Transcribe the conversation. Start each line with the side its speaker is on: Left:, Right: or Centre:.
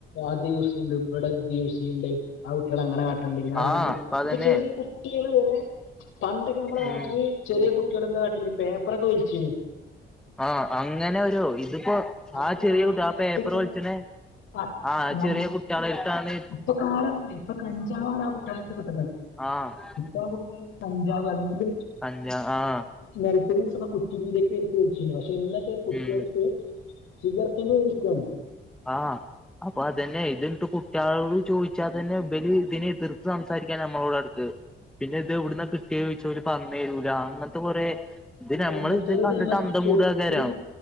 Left: ആ ത് യുസേയ്യ്ണ്ട് ബടെ ത് യൂസയ്യ്ണ്ട് ആ കുട്ടിയാള് അങ്ങനെ കാട്ട്ണ്ട് ഇങ്ങനെ
Centre: ആഹ്
Left: കാട്ട്ണ്ട്
Centre: അപ്പ അതന്നെ
Left: ഇപ്പൊ ചെറിയ കുട്ടിയേള് വരെ പണ്ടൊക്കെ നമ്മുടെ നാട്ടില്
Centre: ഉം
Left: ചെറിയ കുട്ട്യാളെന്താ കാട്ടീന്ന് പേപ്പറൊക്കെ വൽച്ചീനു
Centre: ആഹ് അങ്ങനൊരു ഇതിപ്പോ
Left: അല്ലെങ്കിൽ
Centre: ആ ചെറിയ
Left: ആരേം
Centre: കുട്ടിയ ആ
Left: നിലത്തിട്ട്
Centre: പേപ്പർ വൽച്ച്ണെ
Left: ആ
Centre: ആഹ്
Left: നം
Centre: ചെറിയ കുട്ടികളെ എടുത്താണ്
Left: ഇപ്പൊ കാലംമാറി ഇപ്പൊ കഞ്ചാവാണ് ആ കുട്ട്യാളട്ത്ത് കിട്ട്ണ്
Centre: ആഹ്
Left: ഇപ്പ കുട്ടിയാളെട്ത്ത് കഞ്ചാവ് അല്ലെങ്കില്
Centre: കഞ്ചാ ആഹ്
Left: നിലൽത്തി നിന്ന് കിട്ടുന്ന കുറ്റി രീതിക്കെ എടുത്ത് വിളിച്ചു പക്ഷെ ഇന്നൊത്തെ കുട്ടികൾക്ക്
Centre: ഉം
Left: ഇവർക്കെന്നെ വിരിക്കാണ്
Centre: ആഹ് അപ്പൊ അതന്നെ ഇതിട്ട് കുട്ടികളട് ചോദിച്ചാൽ തന്നെ ബലി ഇതിനെ എതിർത്ത് സംസാരിക്ക നമ്മളോട് അടുക്ക് പിന്നെ ഇത് ഇവിടന്ന് കിട്ടിയ ചോദിച്ചാ പോല് പറന്ന തരൂല അങ്ങനത്തെ കുറെ ഇത്
Left: പിന്നെ
Centre: നമ്മള്
Left: അങ്ങനത്തോരോട്
Centre: ഇത് കണ്ടിട്ട്
Left: നമ്മക്ക്
Centre: അന്ധമൂട
Left: ചോ
Centre: ആ കാരു
Left: പിന്നെ